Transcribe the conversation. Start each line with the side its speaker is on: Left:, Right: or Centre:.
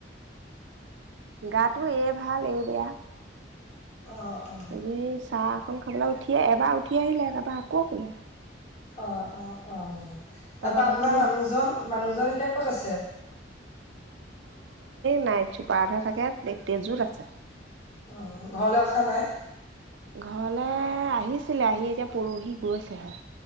Right: গাটো এই ভাল এই বেয়া।
Left: অ অ
Right: আজি চাহ অকন খাবলৈ উঠি, এবাৰ উঠি আহিলে, তাৰ পৰা আকৌ শুলে।
Left: অ', অ', অ'।
Right: তাৰপৰা
Left: তাৰ পৰা আপোনাৰ
Right: বাকী
Left: মানুহজন, মানুহজন এতিয়া ক'ত আছে?
Right: নাইতচোপাত হে থাকে, তেজোত আছে।
Left: অ', ঘৰলৈ অহা নাই?
Right: ঘৰলে আহিছিলে, আহি এতিয়া পৰহি গৈছেহে।